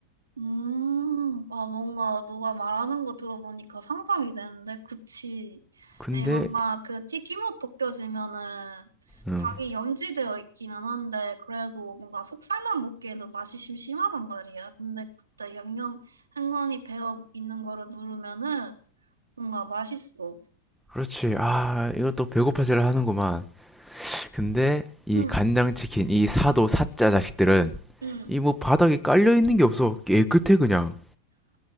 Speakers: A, on the right; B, in the centre.
A: 음, 아, 뭔가 너가 말하는 거 들어보니까 상상이 되는데, 그치.
B: 근데
A: 에 뭔가 그 튀김옷 벗겨지면은
B: 음,
A: 닭이 염지되어 있기는 한데, 그래도 뭔가 속살만 먹기에는 맛이 심심하단 말이야. 근데 그때 양념 흥건히 배어 있는 거를 누르면은 뭔가 맛있어.
B: 그렇지. 아, 이것도 배고파지를 하는구만. 근데 이
A: 응,
B: 간장치킨, 이 사도 사짜 자식들은
A: 응.
B: 이 뭐 바닥에 깔려있는 게 없어. 깨끗해 그냥.